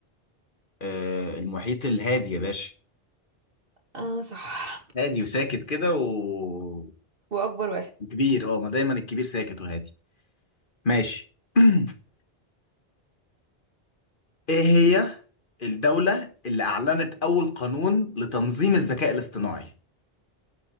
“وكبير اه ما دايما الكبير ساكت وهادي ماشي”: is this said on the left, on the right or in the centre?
Left